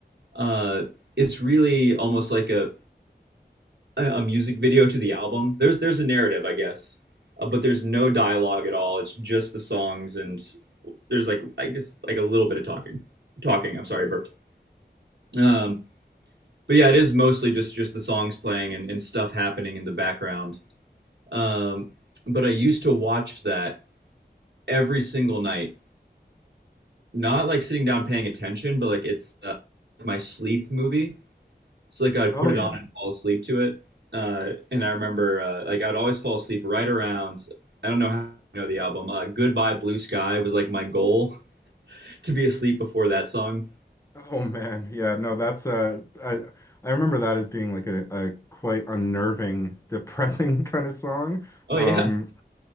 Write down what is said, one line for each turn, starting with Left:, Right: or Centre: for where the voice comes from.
Right: uh, it's really almost like a a music video to the album. There's there's a narrative, I guess, uh, but there's no dialogue at all. It's just the songs, and there's like I guess like a little bit of talking. Talking. I'm sorry, I burped. Um, but yeah, it is mostly just just the songs playing and, and stuff happening in the background. Um, but I used to watch that every single night, not like sitting down paying attention, but like it's uh, my sleep movie So like I'd
Left: Oh
Right: put it
Left: yeah.
Right: on and fall asleep to it. Uh, and I remember uh, like I'd always fall asleep right around. I don't know how you know the album. Uh, Goodbye Blue Sky was like my goal <laughs> to be asleep before that song.
Left: Oh man, yeah, no, that's uh, I I remember that as being like a, a quite unnerving, depressing <laughs> kind of song.
Right: Oh
Left: Um,
Right: yeah,